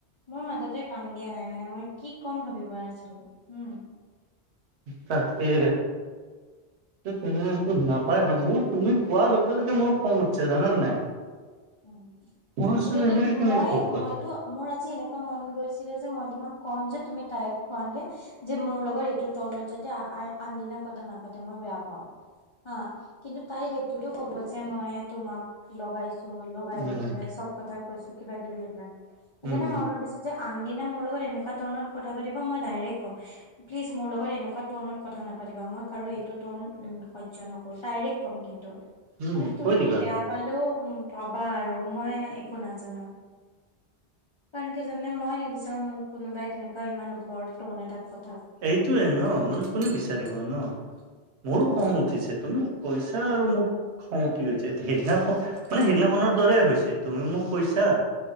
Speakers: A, on the left; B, on the right.
A: মোৰ মাজতে কাম দিয়া নাই মানে মই কি ক'ম ভাবি পোৱা নাছিলো উম
B: তাকে থেত তেনে নাপায় ন মোৰ তুমি কোৱাৰ লগে লগে মোৰ খং উঠিছে জানানে নাই।
A: উ
B: মই ভাবিছো
A: কিন্তু এতিয়া
B: এনেকে কেনেকে
A: মই
B: ক'ব পাৰি
A: মইতো মোৰ আজি এনেকুৱা মন গৈছিলে যে মই তোমাক ক'ম যে তুমি তাইক কোৱাগে যে মোৰ লগত এইটো ধৰনত যাতে আনদিনা কথা নাপাতে মই বেয়া পাওঁ হা কিন্তু তাই সেইটোতো ক'ব যে মই তোমাক লগাইছো লগাই
B: উম
A: লৈ পেলাই চ কথা কৈছো কিবা কিবি সেইবিলাক সেইকাৰণে
B: উম
A: মই ভাবিছোঁ যে - আনদিনা মোৰ লগত এনেকুৱা ধৰণত কথা পাতিব মই ডাইৰেক্ট কম প্লিজ মোৰ লগত এনেকুৱা ধৰণত কথা নাপাতিবা মই কাৰো এইটো ধৰণত সহ্য নকৰো ডাইৰেক্ট কম কিন্তু মানে
B: উম
A: তুমি
B: কৈ দিবা
A: বেয়া পালেও পাবা আৰু মই একো নাজানো কাৰণ কি জানে মই নিবিচাৰো মোক কোনোবাই তেনেকুৱা ইমান ওপৰত ধৰণে তাত ক
B: এইটোয়ে ন মানে কোনে বিচাৰিব ন মোৰো খং উঠিছে তুমি কৈছা আৰু মোৰ খং উঠি গৈছে সেইদিনাখন মানে সিদিনাখনৰ দৰে হৈছে তুমি মোক কৈছা